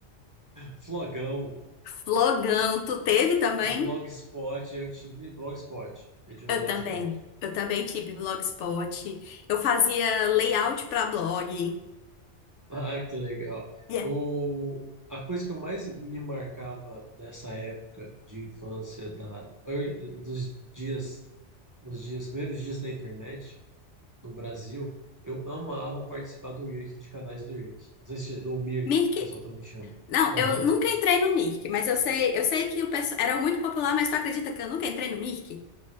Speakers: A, on the right; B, on the left.
A: Flogão,
B: flogão, tu teve também?
A: Blogspot, eu tive Blogspot. Eu tinha
B: Eu
A: um Blogspot.
B: também.
A: <laughs>
B: Eu também tive Blogspot. Eu fazia layout pra blog.
A: Ah, que legal.
B: Yeah.
A: O, a coisa que eu mais me marcava dessa época de infância, da, ear- dos dias Os dias, primeiros dias da internet no Brasil, eu amava participar do IRC, de canais do IRC. Não sei se, ou MIRC,
B: Mirk?
A: que o pessoal também chama.
B: Não,
A: Aham.
B: eu nunca entrei no Mirk, mas eu sei, eu sei que o pessoal era muito popular, mas tu acredita que eu nunca entrei no Mirk?